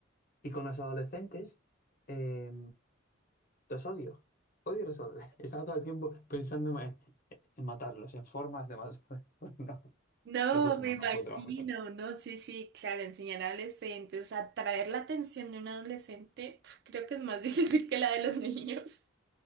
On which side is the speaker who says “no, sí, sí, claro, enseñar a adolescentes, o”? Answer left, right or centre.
Right